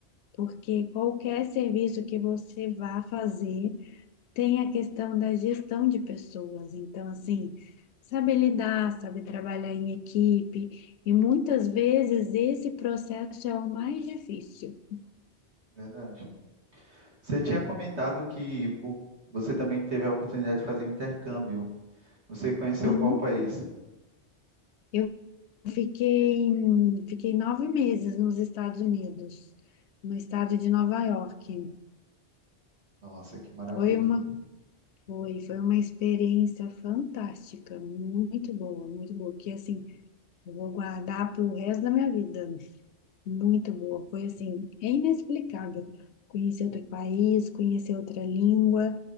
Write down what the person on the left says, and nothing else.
Porque qualquer serviço que você vá fazer, tem a questão da gestão de pessoas, então, assim, saber lidar, saber trabalhar em equipe, e muitas vezes esse processo é o mais difícil.
Sim,
eu fiquei, fiquei nove meses nos Estados Unidos, no estado de Nova York.
Foi uma, foi, foi uma experiência fantástica, muito boa, muito boa, que assim, eu vou guardar para o resto da minha vida. Muito boa, foi assim, é inexplicável. Conhecer outro país, conhecer outra língua.